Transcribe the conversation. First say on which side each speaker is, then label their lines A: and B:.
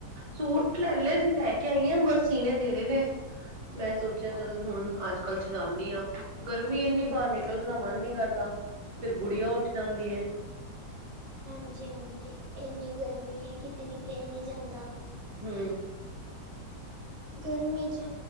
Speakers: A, on the right; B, on the right.
A: ਸੂਟ ਲੈ ਲਏ ਸੀ ਲੈ ਕੇ ਆਈਆਂ ਬਸ ਸੀਣੇ ਦੇਣੇ ਨੇ ਮੈਂ ਸੋਚਿਆ ਚੱਲ ਹੁਣ ਅੱਜ ਕੱਲ ਚ ਜਾਂਦੀ ਹਾਂ ਗਰਮੀ ਇੰਨੀ
B: ਹੂੰ।
A: ਬਾਹਰ ਨਿਕਲਣ ਦਾ ਮਨ ਨਹੀਂ ਕਰਦਾ, ਫਿਰ ਗੁੜੀੀਆਂ ਉੱਠ ਜਾਂਦੀ ਹੈ।
B: ਹਾਂਜੀ ਹਾਂਜੀ ਇੰਨੀ ਗਰਮੀ ਹੈ ਕਿਤੇ ਨਿਕਲਿਆ ਨਹੀਂ ਜਾਂਦਾ।
A: ਹੂ।
B: ਗਰਮੀ ਚ